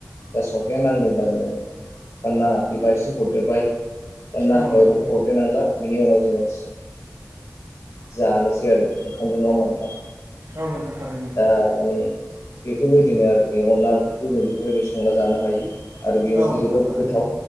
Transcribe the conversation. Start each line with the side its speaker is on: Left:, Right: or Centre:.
Left: दा संख्रिया नांदोंबा जोङो नाङाखैबा एसे हरदेरबाय दा नांखाबायबाथ'
Right: औ नोंथां
Left: हरदेरेनांला बिनि उनाव जोङो जानोसै। बि आरो ओंखामजों नङा होनबा नोंथां?
Right: औ नोंथां थारैनो।
Left: दा माने बेफोरबायदिनो आरोखि अनला ओंख्रिखौ जों बेफोरबायदिनो संना जानो हायो। आरो बेयो
Right: औ
Left: मोनसे
Right: नोंथां
Left: जोबोद
Right: थारैनो
Left: गोथाव